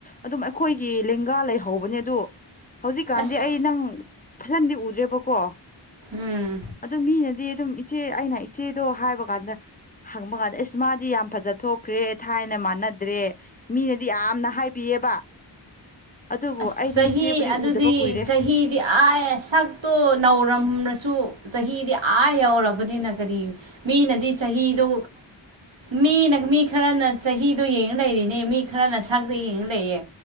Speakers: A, on the left; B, on the right.
A: ꯑꯗꯨꯝ ꯑꯩꯈꯣꯏꯒꯤ ꯂꯦꯡꯒꯥ ꯂꯩꯍꯧꯕꯅꯦ ꯑꯗꯣ ꯍꯧꯖꯤꯛꯀꯥꯟꯗꯤ
B: ꯑꯁ
A: ꯑꯩ ꯅꯪ ꯐꯖꯅꯗꯤ ꯎꯗ꯭ꯔꯦꯕꯀꯣ
B: ꯎꯝ
A: ꯑꯗꯨ ꯃꯤꯅꯗꯤ ꯑꯗꯨꯝ ꯏꯆꯦ ꯑꯩꯅ ꯏꯆꯦꯗꯣ ꯍꯥꯏꯕ ꯀꯥꯟꯗ ꯍꯪꯕ ꯀꯥꯟꯗ ꯑꯦꯁ ꯃꯥꯗꯤ ꯌꯥꯝ ꯐꯖ ꯊꯣꯛꯈ꯭ꯔꯦ ꯊꯥꯏꯅ ꯃꯥꯟꯅꯗ꯭ꯔꯦ ꯃꯤꯅꯗꯤ ꯌꯥꯝꯅ ꯍꯥꯏꯕꯤꯌꯦꯕ <inaudible>
B: ꯑꯁ
A: ꯑꯩꯗꯤ
B: ꯆꯍꯤ
A: ꯏꯆꯦꯕꯨꯗꯤ
B: ꯑꯗꯨꯗꯤ
A: ꯎꯗꯕ ꯀꯨꯏꯔꯦ
B: ꯆꯍꯤꯗꯤ ꯑꯥ ꯁꯛꯇꯣ ꯅꯧꯔꯝꯔꯁꯨ ꯆꯍꯤꯗꯤ ꯑꯥ ꯌꯧꯔꯕꯅꯤꯅ ꯀꯔꯤ ꯃꯤꯅꯗꯤ
A: ꯑꯁ
B: ꯆꯍꯤꯗꯣ ꯃꯤꯅ ꯃꯤ ꯈꯔꯅ ꯆꯍꯤꯗꯣ ꯌꯦꯡꯉ ꯂꯩꯔꯤꯅꯦ ꯃꯤ ꯈꯔꯅ ꯁꯛꯛꯇ ꯌꯦꯡꯉ ꯂꯩꯌꯦ